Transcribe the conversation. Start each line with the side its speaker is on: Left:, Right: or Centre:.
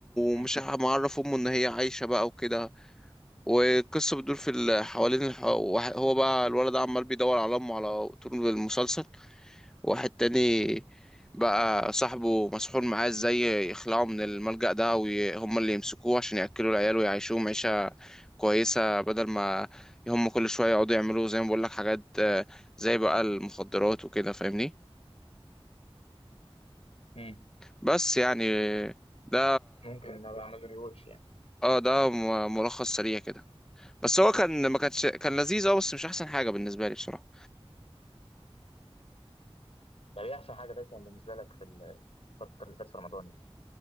Left: امم
Centre: ومش ه- معرف امه ان هي عايشه بقى وكده والقصه بتدور في ال- حوالين الح... واحد- هو بقى الولد ده عمال بيدور على امه على طول المسلسل واحد تاني بقى صاحبه مسحور معاه ازاي يخلعه من الملجأ ده وهم اللي يمسكوه عشان ياكلوا العيال ويعيشوهم عيشه كويسه بدل ما هم كل شويه يقعدوا يعملوا زي ما بقول لك حاجات آه، زي بقى المخدرات وكده فاهمني
Left: امم
Centre: بس يعني ده
Left: ممكن ان انا بعمل ريوتش يعني
Centre: اه ده م- ملخص سريع كده بس هو كان ما كانش كان لذيذ اه بس مش احسن حاجه بالنسبه لي بصراحه
Left: طب ايه احسن حاجه ده كان بالنسبه لك في الفتره اللي فاتت في رمضان يعني